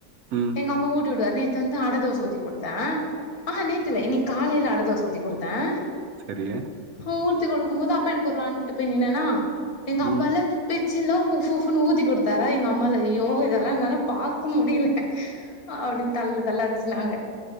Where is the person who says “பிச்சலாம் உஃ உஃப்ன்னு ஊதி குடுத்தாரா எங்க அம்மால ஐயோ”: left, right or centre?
Left